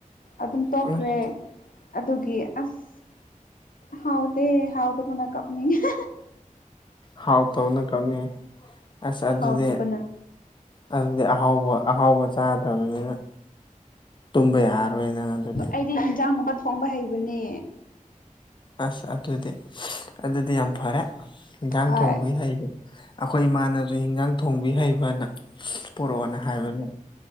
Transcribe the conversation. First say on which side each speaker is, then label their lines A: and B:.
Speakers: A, on the left (about 80°); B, on the left (about 35°).
A: ꯑꯗꯨꯝ ꯇꯣꯛꯈ꯭ꯔꯦ
B: ꯑꯁ
A: ꯑꯗꯨꯒꯤ ꯑꯁ ꯍꯥꯎ ꯇꯦ ꯍꯥꯎꯗꯕꯅ ꯀꯞꯅꯤꯡꯉꯦ <unintelligible>
B: ꯍꯥꯎꯇꯕꯅ ꯀꯞꯅꯤꯡꯉꯦ ꯑꯁ ꯑꯗꯨꯗꯤ
A: ꯍꯥꯎꯇꯕꯅ
B: ꯅꯪꯗꯤ ꯑꯍꯥꯎꯕ ꯑꯍꯥꯎꯕ ꯆꯥꯗ꯭ꯔꯕꯅꯤꯅ ꯇꯨꯝꯕ ꯌꯥꯔꯣꯢꯅ ꯅꯪ ꯑꯗꯨꯗꯤ
A: ꯑꯩꯗꯤ ꯍꯦꯟꯖꯥꯡꯒꯨꯝꯕ ꯊꯣꯡꯕ ꯍꯩꯕꯅꯦ
B: ꯑꯁ ꯑꯗꯨꯗꯤ ꯑꯗꯨꯗꯤ ꯌꯥꯝ ꯐꯔꯦ ꯏꯟꯖꯥꯡ
A: ꯍꯣꯏ
B: ꯊꯣꯡꯕꯩ ꯍꯩꯕ ꯑꯈꯣ ꯢ ꯏꯃꯥꯅꯖꯨ ꯍꯤꯟꯖꯥꯡ ꯊꯣꯡꯕꯤ ꯍꯩꯕꯅ ꯢꯁ ꯄꯣꯔꯛꯑꯣꯅ ꯍꯥꯢꯕꯅꯦ